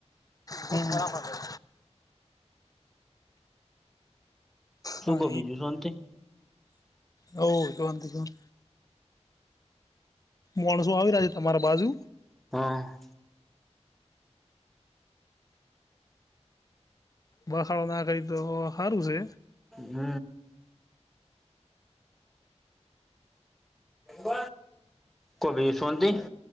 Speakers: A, on the left (about 30°); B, in the centre.
A: હ બરાબર છે. હા
B: શું કો બીજું શોંતી.
A: હવ શોંતિ જોને. મોણસો આવી રહ્યા છે તમારા બાજુ.
B: હા.
A: બખાળો ના કરી તો હારું છે.
B: હમ હ. કોબી શાંવંતિ?